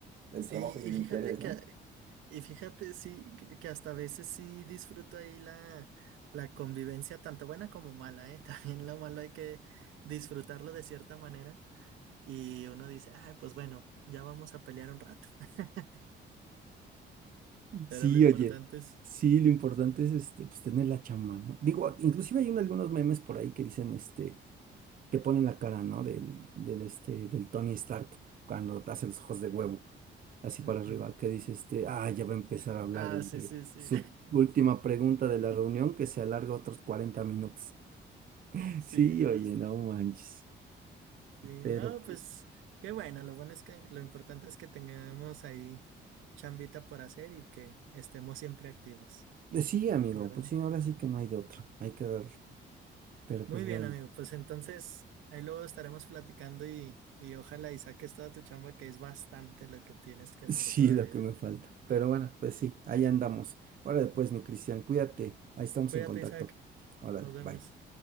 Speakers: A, on the right; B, on the right.
A: el
B: Sí,
A: trabajo y el
B: y fíjate
A: interés,
B: que,
A: ¿no?
B: y fíjate, sí, que que hasta a veces sí disfruto ahí la, la convivencia, tanto buena como mala, ¿eh? <laughs> También lo malo hay que disfrutarlo de cierta manera. Y uno dice, ay, pues bueno, ya vamos a pelear un rato. <laughs> Pero
A: Sí,
B: lo importante
A: oye,
B: es.
A: sí, lo importante es este, pues tener la chamba, ¿no? Digo, inclusive hay un- algunos memes por ahí que dicen, este, que ponen la cara, ¿no? Del, del, este, del Tony Stark cuando hace los ojos de huevo, así
B: Ujú.
A: para arriba, que dice, este, ah, ya va a empezar a hablar
B: Ah,
A: el
B: sí,
A: de
B: sí, sí.
A: su última pregunta de
B: <laughs>
A: la reunión que se alarga otros 40 minutos. <laughs>
B: Sí,
A: Sí,
B: justo.
A: oye, no manches.
B: Sí,
A: Pero,
B: no,
A: pues,
B: pues qué bueno, lo bueno es que lo importante es que tengamos ahí chambita por hacer y que estemos siempre activos,
A: pues sí, amigo,
B: ¿verdad?
A: pues sí, ahora sí que no hay de otro, hay que darle. Pero
B: Muy
A: pues bueno.
B: bien, amigo, pues entonces ahí luego estaremos platicando y, y ojalá y saques toda tu chamba, que es bastante lo que tienes
A: <laughs>
B: que hacer
A: Sí,
B: todavía.
A: lo que me falta. Pero bueno, pues sí, ahí andamos. Órale, pues, mi Cristian, cuídate. Ahí estamos
B: Cuídate,
A: en contacto.
B: Isaac,
A: Órale,
B: nos vemos.
A: bye.